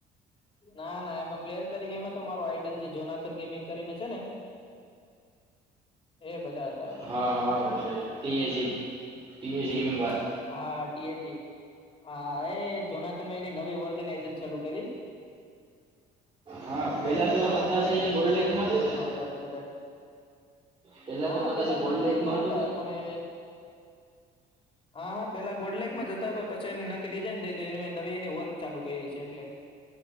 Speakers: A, on the left; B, on the right.
A: ના ના એમાં પ્લેયર તરીકે એમાં તો મારો આઈડલ છે જોનાથન ગેમિંગ કરીને છે ને. એ બધા હતા એમાં
B: હા હા એટલે T A G T A G gaming વાર
A: હા ટી એ જી. હા એ જનાથન ભાઈ ની નવી ઓર્ગેનાઈઝેશન સરું કરી.
B: હા
A: અરે
B: પેલા
A: એને
B: તો
A: નવા
B: કદાચ
A: નવી
B: એ
A: ટીમ
B: ગોલ્ડ
A: બનાવી
B: લેકમાં
A: છેને
B: હતો
A: રમવા
B: કે
A: આવ્યા ત બધા.
B: પેલા
A: હા
B: તો કદાચ
A: પેલા
B: એ ગોલ્ડ
A: ગોડલાઇક
B: લેકમાં
A: માં
B: હતો
A: હતા
B: કે
A: પણે એ હા હા પેલા ગોડ લાઇકમાં જતા પ પછે એન નાથી રિઝાઈન દઈદે નવી એની વર્ક ચાલુ કરી. છે એટલે